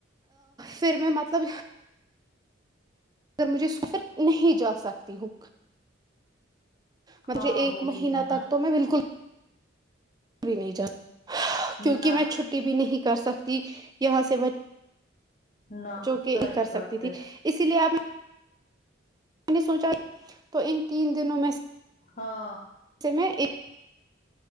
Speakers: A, on the right; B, on the left.
A: پھر میں مطلب پھر مجھے سفر نہیں جا سکتی ہوں مجھے
B: ہاں
A: ایک
B: وہ
A: مہینہ
B: بھی ہے نا
A: تک میں بالکل <inaudible> بھی نہیں جاتی
B: نہ
A: کیوکہ میں چھٹی تی بھی نہیں کر سکتی یہاں سے بچوں
B: نہ
A: کے
B: سچ
A: ہی کر
B: بات
A: سکتی تھی
B: ہے
A: اسی لیے آپ میں نے سوچا تو ان تین دنوں میں سے
B: ہاں
A: اتے میں ایک